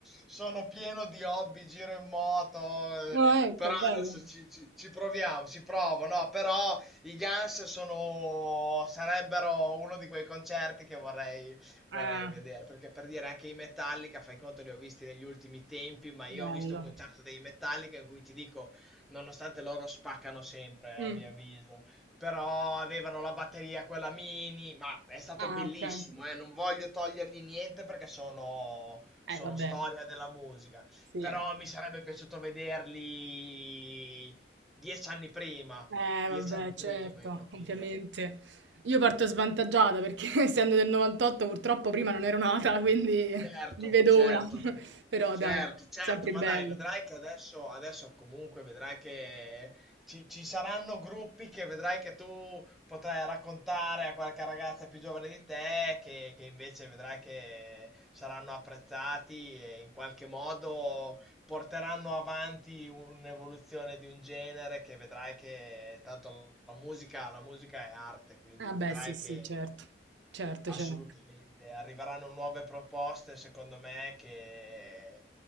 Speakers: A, in the centre; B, on the right.
A: sono pieno di hobby, giro in moto,
B: Oh,
A: eh,
B: ecco,
A: però
B: bello.
A: adesso ci, ci- ci proviamo, ci provo, no? Però i Guns sono, sarebbero uno di quei concerti che vorrei, vorrei
B: Ah,
A: vedere, perché per dire anche i Metallica, fai conto, li ho visti negli ultimi tempi, ma io
B: bello.
A: ho visto un concerto dei Metallica in cui ti dico, nonostante loro spaccano sempre,
B: Mm.
A: a mio avviso però avevano la batteria quella mini, ma è stato
B: Ah,
A: bellissimo,
B: ok.
A: eh, non voglio togliergli niente perché sono, sono
B: Eh, vabbè,
A: storia della musica,
B: sì.
A: però mi sarebbe piaciuto vederli dieci anni prima,
B: Eh,
A: dieci
B: vabbè,
A: anni
B: certo,
A: prima, hai capito?
B: ovviamente. Io parto svantaggiata perché <laughs> essendo del 98 purtroppo prima non ero nata, quindi
A: Certo,
B: li vedo
A: certo,
B: ora. <laughs> Però
A: Certo,
B: dai,
A: certo,
B: sempre
A: ma
B: bello.
A: dai, vedrai che adesso, adesso comunque vedrai che ci, ci saranno gruppi che vedrai che tu potrai raccontare a qualche ragazza più giovane di te, che, che invece vedrai che saranno apprezzati e in qualche modo porteranno avanti un'evoluzione di un genere che vedrai che tanto la musica, la musica è arte, quindi
B: Ah beh,
A: vedrai
B: sì, sì,
A: che
B: certo. Certo,
A: Assolutamente,
B: certo.
A: arriveranno nuove proposte, secondo me, che